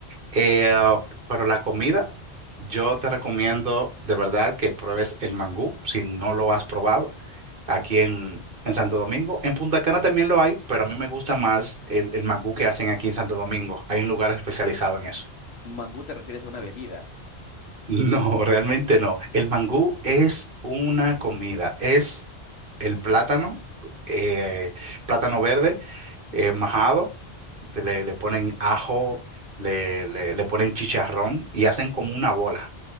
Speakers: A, on the right; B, on the left.
A: Eh, pero la comida, yo te recomiendo de verdad que pruebes el mangú si no lo has probado aquí en, en Santo Domingo. En Punta Cana también lo hay, pero a mí me gusta más el, el mangú que hacen aquí en Santo Domingo. Hay un lugar especializado en eso. <laughs>
B: Mangú te refieres a una bebida.
A: No, realmente no. El mangú es una comida. Es el plátano, eh, plátano verde, eh, majado. te Le, le ponen ajo, le, le, le ponen chicharrón y hacen como una bola.